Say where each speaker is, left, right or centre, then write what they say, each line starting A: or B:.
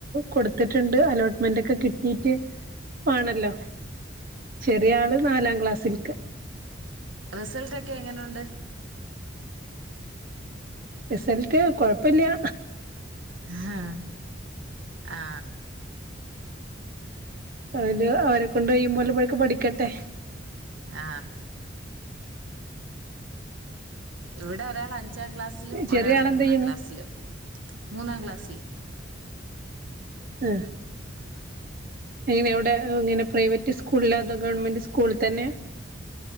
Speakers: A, on the right; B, on the right.
A: കൊടുത്തിട്ടുണ്ട് അലോട്ട്മെന്റ് ഒക്കെ കിട്ടീട്ട് വേണല്ലോ ചെറിയ ആള് നാലാം ക്ലാസ്സിൽക്ക്
B: റിസൽട്ടക്കെ എങ്ങനുണ്ട്
A: റിസൾട്ട് കൊഴപ്പയില്ല്യാ
B: ആ ആ
A: അതില് അവരെ കൊണ്ട് കയീം പോലെക്കെ പഠിക്കട്ടെ
B: ആ ഇവിടെ <unintelligible> അഞ്ചാം ക്ലാസ്സിലും
A: ചെറിയ
B: ഒരാള്
A: ആളെന്ത്
B: മൂന്നാം
A: ചെയ്യണ്
B: ക്ലാസ്സിലും മൂന്നാം ക്ലാസ്സിൽ
A: ആ എങ്ങനെ അവിടെ ഇങ്ങനെ പ്രൈവറ്റ് സ്കൂളിലതോ ഗവൺമെന്റ് സ്കൂളിൽ തന്നെ